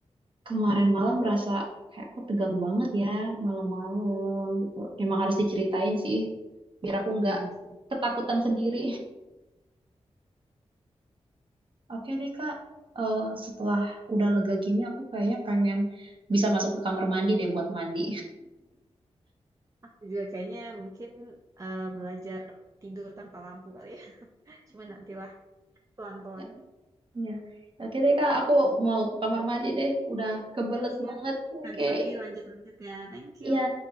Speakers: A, on the right; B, on the right.
A: kemarin malam berasa kayak kok tegang banget ya malam-malam gitu. Emang
B: <laughs>
A: harus diceritain sih biar aku
B: Iya
A: nggak
B: bener.
A: ketakutan sendiri. Oke deh Kak, Eh, setelah udah lega gini aku kayaknya pengen bisa masuk ke kamar mandi deh buat mandi.
B: Aku juga kayaknya mungkin eh, belajar tidur tanpa lampu kali ya. <laughs> Cuma nantilah pelan-pelan.
A: <laughs> Ya. Oke deh Kak, aku mau ke kamar mandi deh. Udah kebelet
B: Siap-siap.
A: banget.
B: Nanti
A: Oke.
B: lagi lanjut-lanjut ya. Thank
A: Ya,
B: you.